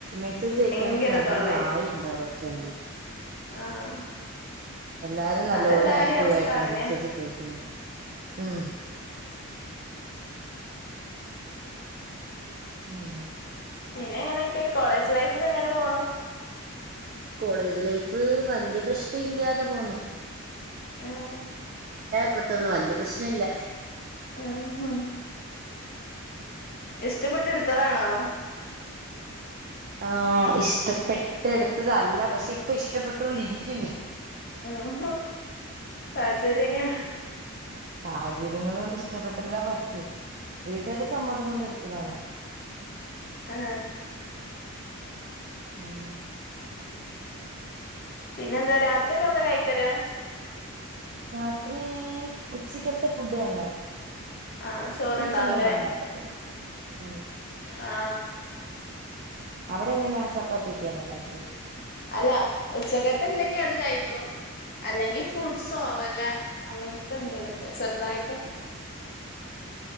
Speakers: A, on the right; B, on the left.
A: മെസ്സേജ് അയക്കാനൊക്കെയാണെങ്കില്
B: ഭയങ്കര തൊള്ളായിരിക്കും
A: ആര് ഇണ്ടാവാ <unintelligible>
B: ആഹ്
A: എല്ലാരും നല്ലപോലെ
B: അതെല്ലാരിം
A: ആക്റ്റീവായിട്ടാണ്
B: അവസ്ഥ അങ്ങനെയാ
A: മെസ്സേജൊക്കെ അയക്കുന്നെ. ഉം ഉം
B: പിന്നെ എങ്ങനെയൊക്കെ കോളേജ് ലൈഫ് ഒക്കെ എങ്ങനെ പോണ്?
A: കോളേജ് ലൈഫ് വല്യ പ്രശ്നം ഇല്ലാതെ പോന്ന്.
B: ഉം
A: ക്കത്തുള്ളു. വല്യ പ്രശ്ന ഇല്ല.
B: ഉം ഇഷ്ടപ്പെട്ടെടുത്തതാണോ?
A: ആഹ് ഇഷ്ടപ്പെട്ടെടുത്തതല്ല, പക്ഷെ ഇപ്പൊ ഇഷ്ടപ്പെട്ടോണ്ടിരിക്കുന്നു.
B: ഉം സാഹചര്യങ്ങൾ
A: സാഹചര്യങ്ങൾ കൊണ്ട് ഇഷ്ടപ്പെട്ടല്ലെ പറ്റൂ. വീട്ട്കാരുടെ സമ്മതം കൊണ്ട് എടുത് അതാണ്
B: ആ
A: ഉം ഉം <unintelligible>
B: പിന്നെന്താ? രാത്രിയൊക്കെ എന്താ കഴിക്കാറ്?
A: രാത്രീ, ഉച്ചക്കലത്തെ ഫുഡ് തന്നെ.
B: ആ ചോറ്ണ്ടാവൂല്ലേ?
A: പ്രത്യേകിച്ചൊന്നും ഇവിടെ ഉണ്ടാക്കത്തില്ല ഉം
B: ആ
A: അവിടെ എങ്ങനാ ചപ്പാത്തിയൊക്കെയാന്നോ രാത്രി
B: അല്ല ഉച്ചക്കത്തെ ഉണ്ടെങ്കി അത് കയിക്കും. അല്ലെങ്കി ഫ് ഫ്രൂട്ട്സോ വല്ല അങ്ങനെന്ത് എന്തേലൊക്കെ ചെറ്തായിട്ട്.